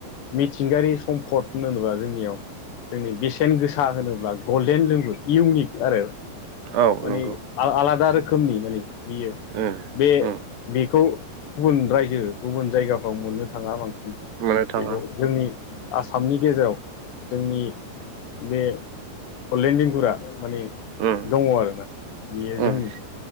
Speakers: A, on the left; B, on the right.
A: मिथिंगायारि सम्फद होनोब्ला जोंनियाव जोंनि बेसेन गोसा होनोब्ला गल्डेन लेंगुर इउनिक आरो
B: औ
A: माने
B: नंगौ
A: आ-आलादा रोखोमनि माने बियो
B: उम
A: बे
B: उम
A: बेखौ गुबुन रायजो गुबुन जायगाफ्राव मोननो थांङा बांसिन।
B: मोननो थाङा
A: बेखौ जोंनि आसामनि गेजेराव जोंनि बे बडलेण्ड लिंगुरा माने
B: उम
A: दंङ आरोना बियो जोंनि
B: उम